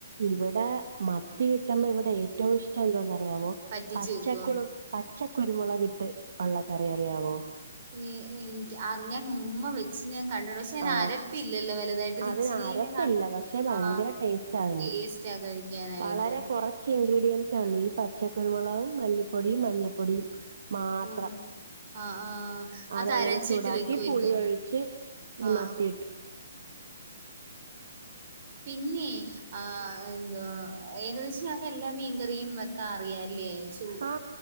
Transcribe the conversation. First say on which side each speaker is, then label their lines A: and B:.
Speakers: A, on the right (about 70°); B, on the right (about 50°).
A: ഇവിട മത്തി കിട്ട്മ്പോ ഇവിടെ ഏറ്റവും ഇഷ്ടം എന്തോന്നറിയാവോ
B: പറ്റിച്ചു
A: പച്ചക്കുളു
B: വെക്കുവോ
A: പച്ചക്കുരുമുളക്കിട്ട് ഉള്ള കറി അറിയാവോ?
B: എ എനിക്ക് അറിഞ്ഞാൻ ഉമ്മ വെച്ച് ഞാൻ കണ്ടിണ്ട്. പക്ഷെ അതിന്
A: ആ
B: അരപ്പില്ലല്ലോ വലുതായിട്ട്. ഒരു
A: അതിന്
B: ഇച്ചിരിനെ
A: അരപ്പില്ല. പക്ഷെ ഭയങ്കര
B: ആഹ്
A: ടേസ്റ്റാ അതിന്,
B: ടേസ്റ്റാ കഴിക്കാനായിട്ട്
A: വളരെ കുറ ച്ചിൻഗ്രീഡിയൻസേ ഉള്ളു. ഈ പച്ചക്കരുമുളകും, മല്ലിപ്പൊടിയും, മഞ്ഞപ്പൊടിയും മാത്രം.
B: ഓഹ് ആഹ് ആഹ് അത്
A: അതങ്ങനെ
B: അരച്ചിട്ട്
A: ചൂടാക്കി
B: വെക്കുവല്ലേ
A: പുളിയൊഴിച്ച് ഈ
B: ആഹ്
A: മത്തിയിട്ട്
B: പിന്നെ ആ എന്തോ ഏകദേശം ഇയാക്കെല്ലാ മീൻകറിയും വെക്കാ അറിയല്ലേ. ചു
A: ആ